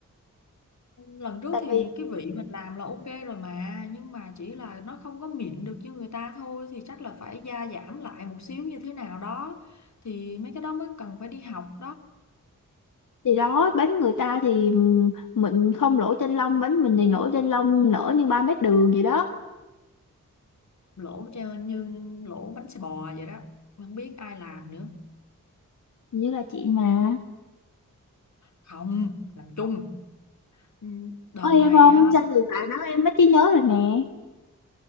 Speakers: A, on the left; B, on the left.
A: lần trước
B: Tại
A: thì
B: vì
A: cái vị mình làm là ok rồi mà nhưng mà chỉ là nó không có mịn được như người ta thôi thì chắc là phải gia giảm lại một xíu như thế nào đó thì mấy cái đó mới cần phải đi học đó
B: thì đó bánh người ta thì ừm, mình không lỗ chân lông bánh mình thì nổi trên lông nở như 3 mét đường vậy đó
A: lỗ chơ- như lỗ bánh xe bò vậy đó không biết ai làm nữa
B: Hình như là chị mà
A: không làm chung Ừ, đợt
B: có em
A: này
B: không
A: á
B: sao từ tại đó em mất trí nhớ rồi nè